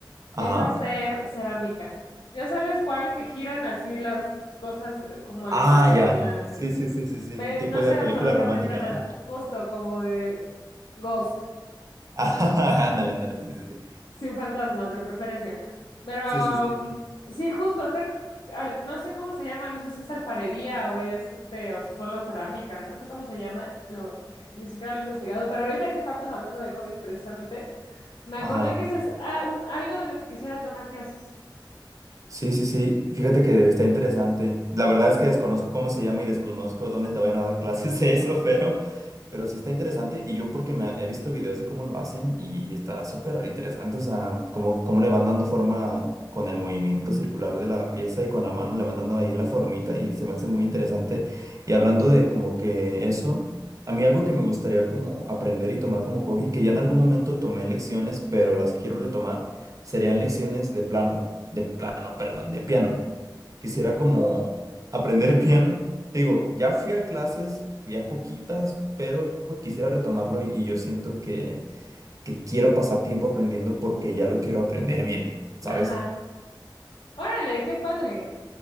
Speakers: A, on the right; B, on the left.
A: Ajá.
B: es hacer cerámica. Ya sabes cuál, que giran así las cosas eh, como el
A: Ah,
B: barro,
A: ya.
B: la...
A: Sí, sí, sí, sí, sí.
B: Ve,
A: Tipo
B: No sé
A: de película
B: absolutamente
A: romántica,
B: nada,
A: ¿no?
B: justo como de Ghost.
A: <laughs> Ajá, ándale, ándale, sí, sí, sí.
B: Sin fantasmas, de preferencia. Pero
A: Sí, sí, sí.
B: mm, sí, justo hacer, al- no sé cómo se llama, no sé si es alfarería o es este, o solo cerámica, no sé cómo se llama, lo, eh, ni siquiera lo he investigado. Pero ahorita que estamos hablando de hobbies precisamente, me acordé
A: Ajá.
B: que ese es ah, un- algo de lo que quisiera tomar clases.
A: Sí, sí, sí. Fíjate que está interesante. La verdad es que desconozco cómo se llama y desconozco dónde te vayan a dar clases de eso, Pero sí está interesante y yo porque me he visto videos de cómo lo hacen y, y está súper interesante, o sea, cómo, cómo le van dando forma con el movimiento circular de la pieza y con la mano le van dando ahí la formita y se me hace muy interesante. Y hablando de como que eso, a mí algo que me gustaría como aprender y tomar como hobby, que ya en algún momento tomé lecciones, pero las quiero retomar, serían lecciones de plano, de plano, perdón, de piano. Quisiera como aprender <laughs> piano te digo, ya fui a clases, fui a poquitas, pero quisiera retomarlo y, y yo siento que, que quiero pasar tiempo aprendiendo porque ya lo quiero aprender bien, ¿sabes?
B: Ajá. Órale, qué padre.